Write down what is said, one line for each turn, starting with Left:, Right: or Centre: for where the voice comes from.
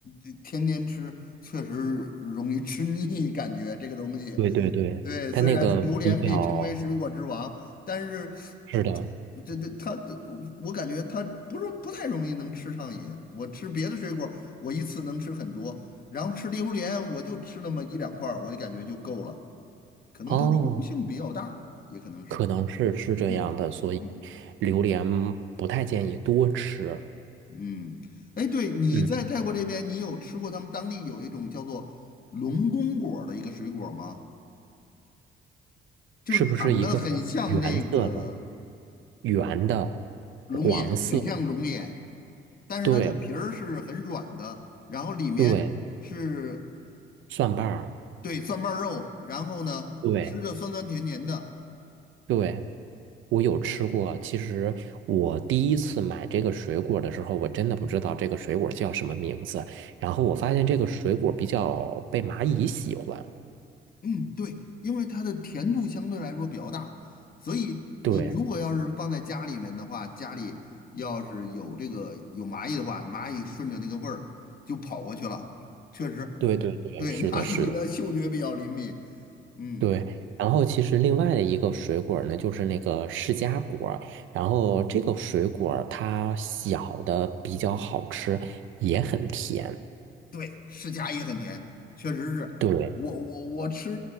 Left: 呃天天吃确实容易吃腻，感觉这个东西。
Right: 对对对，
Left: 对，
Right: 它那个比较
Left: 虽然榴莲被称为水果之王，但是
Right: 是的
Left: 这这它的我感觉它不是不太容易能吃上瘾。我吃别的水果，我一次能吃很多，然后吃榴莲我就吃那么一两块儿，我就感觉就够了。可能它的油性比较大，
Right: 哦，
Left: 也可能是。
Right: 可能是是这样的，
Left: 嗯嗯
Right: 所以榴莲不太建议多吃。
Left: 嗯，哎，对，你在泰国这边，
Right: 嗯，
Left: 你有吃过他们当地有一种叫做龙宫果儿的一个水果吗？就是长得很像那个
Right: 是不是一个原色的、圆的、
Left: 龙眼，
Right: 黄色的？
Left: 很像龙眼，但是它那个皮儿是很软的，
Right: 对
Left: 然后里面是
Right: 对，蒜瓣儿。
Left: 对蒜瓣儿肉，然后呢吃着酸酸甜甜的，
Right: 对。对，我有吃过。其实我第一次买这个水果的时候，我真的不知道这个水果叫什么名字。然后我发现这个水果比较被蚂蚁喜欢。
Left: 嗯，对，因为它的甜度相对来说比较大，所以你如果要是放在家里面的话，
Right: 对，
Left: 家里要是有这个有蚂蚁的话，蚂蚁顺着那个味儿就跑过去了。确实，
Right: 对对对，
Left: 对，
Right: 是的，
Left: <laughs> 蚂蚁的嗅觉比较灵敏。
Right: 是的，
Left: 嗯，
Right: 对。然后其实另外的一个水果呢，就是那个释迦果。然后这个水果它小的比较好吃，也很甜。
Left: 对，释迦也很甜，确实是我我我吃
Right: 对